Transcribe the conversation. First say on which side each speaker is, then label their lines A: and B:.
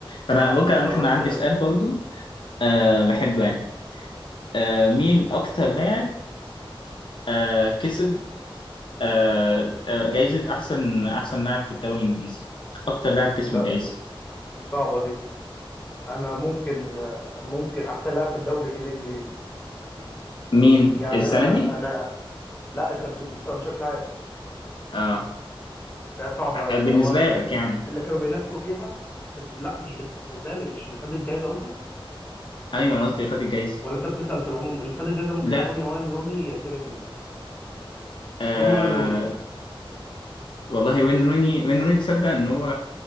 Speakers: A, on the left; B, on the left.
A: فأنا ممكن ممكن
B: خلاص
A: عندي
B: تمام
A: سؤال برضه أه بحبه يعني أه مين أكتر لاعب أه كسب أه آه، جايزة أحسن أحسن لاعب في الدوري الإنجليزي أكتر لاعب كسب
B: لا
A: الجايزة
B: ص- صعبه دي انا ممكن ممكن احسن لاعب في الدوري إيه؟ الانجليزي
A: فمين
B: يعني
A: السنة
B: انا
A: دي؟
B: انا لا انت بت- بتسال بشكل عام
A: أه
B: فهي صعبه
A: بالنسبة
B: يعني هو ال-
A: لك يعني
B: اللي كانوا بينافسوا فيها لا مش بالنسبه لي مش اللي خد الجائزه قصدك
A: أيوه أنا قصدي خد الجايزة
B: ولا انت بتسال في العموم اللي خد الجائزه ممكن
A: لا
B: يكون يا واين روني يا تيري هنري
A: آه
B: اظن واين روني
A: والله وين روني وين روني تصدق ان هو